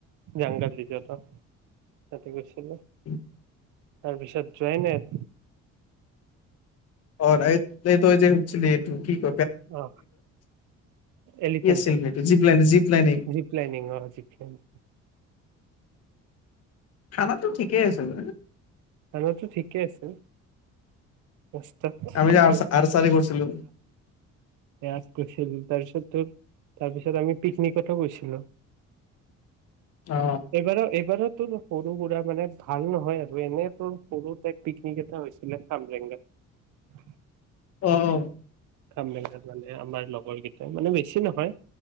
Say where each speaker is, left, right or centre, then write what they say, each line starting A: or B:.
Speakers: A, on the right; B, on the left.
A: জংগত ৰিজৰ্টত গৈছিলোঁ
B: উ
A: তাৰপিছত যোৱাইনাই
B: অ এইটো যে হুধছিলি এইটো কি ক
A: অ এলিফেণ্টত
B: আছিল জীপ লাই জিপ লাইনিনং
A: জীপ লাইনিং অ জীপ লাইনিং
B: খানাটো ঠিকেই আছে ব
A: খানাতো ঠিকে আছে <unintelligible>
B: আমি যে আৰ্চাৰি কৰিছিলো
A: এয়া <unintelligible> গৈছিল, তাৰপিছত তোৰ তাৰপিছত আমি পিকনিকতো গৈছিলোঁ।
B: অ
A: এইবাৰ-এইবাৰত তোৰ সৰু-সুৰা মানে ভাল নহয় আৰু এনে তোৰ সৰু তাইপ পিকনিক এটা হৈছিলে খামলেঙাত।
B: অহ।
A: খাম্বেঙাত মানে আমাৰ লগ গৰ কেইটা মানে বেছি নহয়,